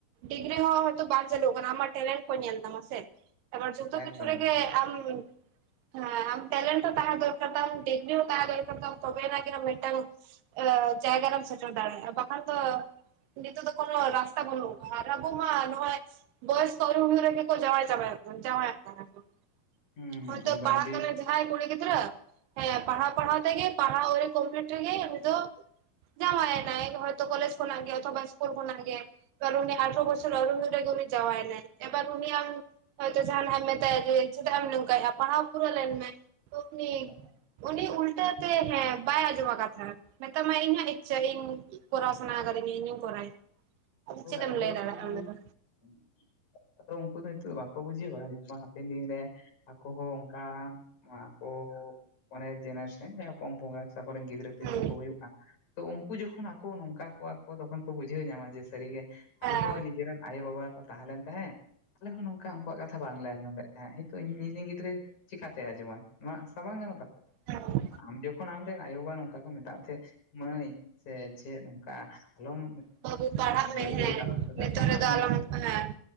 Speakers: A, on the right; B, on the left.
A: ᱰᱤᱜᱽᱨᱤ ᱦᱚᱸ ᱦᱚᱭᱛᱚ ᱵᱟᱝ ᱪᱟᱹᱞᱩᱜ ᱠᱟᱱᱟ᱾ ᱟᱢᱟᱜ ᱴᱮᱞᱮᱱᱴ ᱠᱚ ᱧᱮᱞ ᱛᱟᱢᱟ ᱥᱮ ᱮᱵᱟᱨ ᱡᱚᱛᱚ ᱠᱤᱪᱷᱩ
B: ᱮᱠᱫᱚᱢ
A: ᱨᱮᱜᱮ
B: ᱮᱠᱫᱚᱢ
A: ᱟᱢ ᱦᱮᱸ, ᱟᱢ ᱴᱮᱞᱮᱱᱴ ᱦᱚᱸ ᱛᱟᱦᱮᱸ ᱫᱚᱨᱠᱟᱨ ᱛᱟᱢ ᱰᱤᱜᱽᱨᱤ ᱦᱚᱸ ᱛᱟᱦᱮᱸ ᱫᱚᱨᱠᱟᱨ ᱛᱟᱢ ᱛᱚᱵᱮ ᱮᱱᱟᱝ ᱜᱮ ᱢᱤᱫᱴᱟᱝ <unintelligible> ᱡᱟᱭᱜᱟ ᱨᱮᱢ ᱥᱮᱴᱮᱨ ᱫᱟᱲᱮᱭᱟᱜᱼᱟ ᱵᱟᱠᱷᱟᱱ ᱫᱚ ᱱᱤᱛᱚᱜ ᱫᱚ ᱠᱚᱱᱚ ᱨᱟᱥᱛᱟ ᱵᱟᱹᱱᱩᱜ ᱟᱠᱟᱫᱟ ᱟᱨ ᱟᱵᱚ ᱢᱟ ᱱᱚᱜᱼᱚᱭ ᱵᱚᱭᱚᱥ ᱠᱚ ᱟᱣᱨᱤ ᱦᱩᱭᱩᱜ ᱨᱮᱜᱮ ᱠᱚ ᱡᱟᱶᱟᱭ ᱪᱟᱵᱟᱭᱮᱫ ᱵᱚᱱᱟ, ᱡᱟᱶᱟᱭᱚᱜ ᱠᱟᱱᱟ <unintelligible>
B: ᱦᱩᱸ
A: ᱦᱚᱭᱛᱚ
B: ᱮᱠᱫᱚᱢ
A: ᱯᱟᱲᱦᱟᱜ
B: ᱟᱹᱰᱤ
A: ᱠᱟᱱᱟ ᱡᱟᱸᱦᱟᱭ ᱠᱩᱲᱤ ᱜᱤᱫᱽᱨᱟᱹ ᱦᱮᱸ ᱯᱟᱲᱦᱟᱣ ᱯᱟᱲᱦᱟᱣ ᱛᱮᱜᱮ ᱯᱟᱲᱦᱟᱣ ᱟᱣᱨᱤ ᱠᱚᱢᱯᱞᱤᱴ ᱨᱮᱜᱮᱭ ᱩᱱᱤ ᱫᱚ ᱡᱟᱶᱟᱭ ᱮᱱᱟᱭ ᱦᱚᱭᱛᱚ ᱠᱚᱞᱮᱡᱽ ᱠᱷᱚᱱᱟᱜ ᱜᱮ ᱚᱛᱷᱚᱵᱟ ᱤᱥᱠᱩᱞ ᱠᱷᱚᱱᱟᱜ ᱜᱮ᱾ ᱩᱱᱤ ᱟᱴᱷᱨᱚ ᱵᱚᱪᱷᱚᱨ ᱟᱣᱨᱤ ᱦᱩᱭᱩᱜ ᱨᱮᱜᱮ ᱩᱱᱤ ᱡᱟᱶᱟᱭ ᱮᱱᱟᱭ ᱮᱵᱟᱨ ᱩᱱᱤ ᱟᱢ ᱦᱚᱭᱛᱚ ᱡᱟᱦᱟᱱᱟᱜᱼᱮᱢ ᱢᱮᱛᱟᱭᱟ ᱡᱮ ᱪᱮᱫᱟᱜ ᱮᱢ ᱱᱚᱝᱠᱟᱭᱮᱫᱼᱟ ᱯᱟᱲᱦᱟᱣ ᱯᱩᱨᱟᱹᱣ ᱞᱮᱱ ᱢᱮ ᱛᱚ
B: ᱦᱳᱭ ᱦᱳᱭ
A: ᱩᱱᱤ ᱩᱱᱤ ᱩᱞᱴᱟᱹ ᱛᱮ ᱦᱮᱸ ᱵᱟᱭ ᱟᱸᱡᱚᱢᱟ ᱠᱟᱛᱷᱟ ᱢᱮᱛᱟᱢᱟᱭ ᱤᱧᱟᱜ ᱤᱪᱪᱷᱟᱹ ᱤᱧ ᱠᱚᱨᱟᱣ ᱥᱟᱱᱟ ᱟᱠᱟᱫᱤᱧᱟ ᱤᱧ <unintelligible> ᱟᱫᱚ
B: ᱛᱚ
A: ᱪᱮᱫ
B: ᱠᱟᱛᱷᱟ
A: ᱮᱢ
B: ᱫᱚ
A: ᱞᱟᱹᱭ
B: ᱦᱩᱭᱩᱜ
A: ᱫᱟᱲᱮᱭᱟᱜ-ᱟ᱾
B: ᱠᱟᱱᱟ <unintelligible> ᱟᱫᱚ ᱩᱱᱠᱩ ᱫᱚ ᱱᱤᱛᱚᱜ ᱫᱚ ᱵᱟᱠᱚ ᱵᱩᱡᱷᱟᱹᱣᱟ᱾ ᱡᱚᱠᱦᱚᱱ ᱦᱟᱸᱜ ᱦᱟᱯᱮᱱ ᱫᱤᱱ ᱨᱮ ᱟᱠᱚ ᱦᱚᱸ ᱚᱱᱠᱟ ᱱᱚᱣᱟ ᱠᱚ ᱢᱟᱱᱮ ᱡᱮᱱᱟᱨᱮᱥᱚᱱ ᱡᱟᱦᱟᱸ ᱯᱚᱝ ᱯᱚᱝᱲᱟ ᱥᱮ ᱟᱠᱚ ᱠᱚᱨᱮᱱ ᱜᱤᱫᱽᱨᱟᱹ ᱯᱤᱫᱽᱨᱟᱹ
A: ᱦᱩᱸ
B: ᱠᱚ ᱦᱩᱭᱩᱜ-ᱟ ᱛᱚ ᱩᱱᱠᱩ ᱡᱚᱠᱷᱚᱱ ᱟᱠᱚ ᱱᱚᱝᱠᱟ ᱠᱚᱣᱟ ᱠᱚᱣᱟ ᱠᱚ ᱛᱚᱠᱷᱚᱱ ᱠᱚ ᱵᱩᱡᱷᱟᱹᱣ ᱧᱟᱢᱟ ᱡᱮ ᱥᱟᱹᱨᱤᱜᱮ ᱟᱞᱮ
A: ᱦᱮᱸ
B: ᱦᱚᱸ ᱱᱤᱡᱮᱨᱮᱱ ᱟᱭᱳ ᱵᱟᱵᱟ ᱠᱚ ᱛᱟᱦᱮᱸ ᱞᱮᱱ ᱛᱟᱦᱮᱸᱫ ᱟᱞᱮ ᱦᱚᱸ ᱱᱚᱝᱠᱟ ᱩᱱᱠᱩᱣᱟᱜ ᱠᱟᱛᱷᱟ ᱵᱟᱝᱞᱮ ᱟᱸᱡᱚᱢ ᱞᱮᱫ ᱛᱟᱸᱦᱮᱫ ᱱᱤᱛᱚᱜ ᱤᱧᱨᱮᱱ ᱜᱤᱫᱽᱨᱟᱹ ᱪᱮᱠᱟᱛᱮ ᱟᱸᱡᱚᱢᱟᱭ ᱱᱚᱣᱟ ᱟᱥᱟ ᱵᱟᱝ ᱜᱟᱱᱚᱜ ᱛᱟᱠᱚᱣᱟ
A: ᱦᱮᱸ
B: ᱟᱢ ᱡᱚᱠᱷᱚᱱ ᱟᱢᱨᱮᱱ ᱟᱭᱳ ᱵᱟᱵᱟ ᱱᱚᱝᱠᱟ ᱠᱚ ᱢᱮᱛᱟᱜ ᱢᱮ ᱛᱟᱦᱮᱸᱫ ᱢᱟᱹᱭ ᱥᱮ ᱪᱮᱫ ᱱᱚᱝᱠᱟ ᱟᱞᱚᱢ
A: ᱵᱟᱹᱵᱩ ᱯᱟᱲᱦᱟᱜ ᱢᱮ
B: <unintelligible> ᱵᱟᱹᱲᱤᱡ
A: ᱦᱮᱸ
B: ᱟᱞᱚᱢ ᱠᱷᱚᱢᱟ
A: ᱱᱤᱛᱚᱜ
B: ᱯᱟᱲᱦᱟᱜ
A: ᱨᱮᱫᱚ
B: ᱢᱮ
A: ᱟᱞᱚᱢ ᱦᱮᱸ